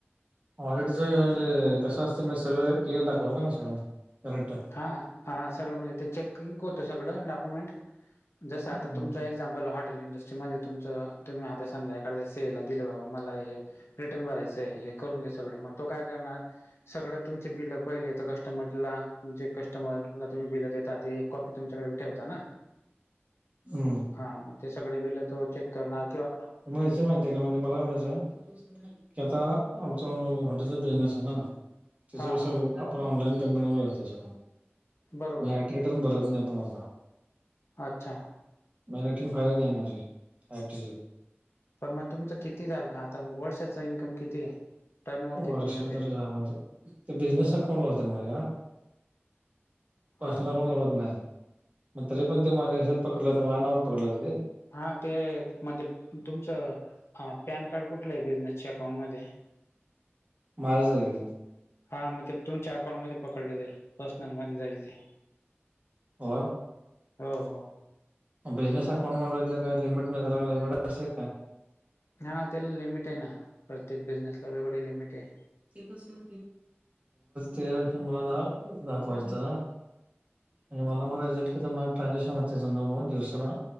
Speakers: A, on the right (about 35°); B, on the left (about 75°).
A: ऑलरेडीचं म्हणजे कसं असतें मी सगळं क्लिअर दाखवत ना सगळं. करेक्ट
B: हा हा सगळं म्हणजे ते चेकिंग होतं सगळं डॉक्युमेंट जसं आता
A: हम्म
B: तुमचं एक्झामप. हॉटेल इंडस्ट्री मध्ये तुम तुम्ही आता समा स दिलं बाबा मला हे रिटर्न भरायचंय हे करून दे सगळं मग तो काय करणार सगळं तुमचे बिल पहिलेेत कस्टमरला जे कस्टमरला तुम्ही बिल देता ते एक कॉपी तुमच्याकडे ठेवता ना
A: हम्म
B: हा मग ते सगळे बिल तो चेक करणार किंवा
A: म्हणाच माहितीय का म्हणजे मला म्हणायचं.. कि आता आमच हॉटेलचा बिझनेस आहे ना तिचं
B: हा
A: कस
B: हा
A: आपण ऑनलाईन पेमेंट वगत
B: बरोबर
A: मी ऍट रिटर्न भरत नाही पण आता.
B: अच्छा
A: मॅटीन फायर नाही माझी आय टी
B: पण मग तुमचं किती झालं आता वर्षाच इन्कम किती आहे टर्नओव्हर
A: वर्षतरी
B: किती म्हणजे
A: जाणारत ते बिझनेस अकाउंट लावते माझा पर्सनल
B: हां हां
A: अकाउंट लावत नाही मग तरी पण ते माझ्या शेत पकडलं तर माझनावर पकडलं ति ते
B: हा ते म्हणजे तुमचं पॅन कार्ड कुठलं आहे बिझनेसच्या अकाउंटमध्ये. <inaudible>
A: माझ्या जागे
B: हा मग ते तुमच्या अकाउंटमध्ये पकडलं जाईल पर्सनल मध्ये जाईल ते
A: हो
B: हो हो
A: बिझनेस अकाउंट म काही लिमिट नाही झाला का लिमिट असेल काय
B: हा त्याला लिमिट आहे ना प्रत्येक बिझनेस ला वेगळी लिमिट आहे
A: ते शर ते शभर दाखवायचं. म्हणजे मला म्हणायचं की तर मला ट्रान्झॅक्शन होते समजा मग दिवसाला